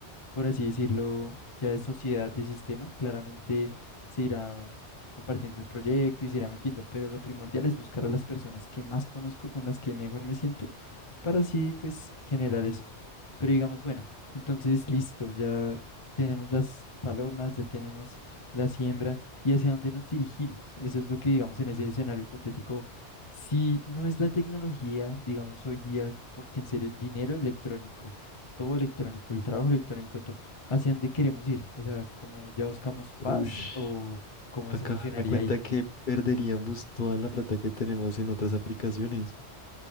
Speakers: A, on the left; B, on the left.
A: por así decirlo, ya de sociedad de sistema, claramente se irá compartiendo el proyecto y se irá metiendo, pero lo primordial es buscar a las personas que más conozco, con las que mejor me siento, para así pues generar eso. Pero digamos, bueno, entonces listo, ya tenemos las palomas, ya tenemos la siembra y hacia dónde nos dirigimos. Eso es lo que digamos en ese escenario hipotético. Si no es la tecnología, digamos hoy día, porque en serio el dinero electrónico todo electrónico, el trabajo electrónico, todo. ¿Hacia dónde queremos ir? O sea, ¿como ya buscamos paz
B: Ush,
A: o cómo
B: acá
A: se funcionaría
B: darme cuenta
A: ahí?
B: que perderíamos toda la plata que tenemos en otras aplicaciones.